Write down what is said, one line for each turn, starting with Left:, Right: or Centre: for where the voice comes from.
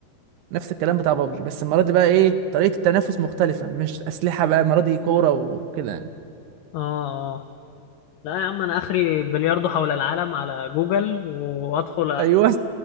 Right: نفس الكلام بتاع بابجي بس المرة دي بقى إيه طريقة التنافس مختلفة مش أسلحة بقى المرة دي كورة وكده يعني
Left: اه اه لا يا عم انا اخري بلياردو حول العالم على جوجل وادخل
Right: أيوه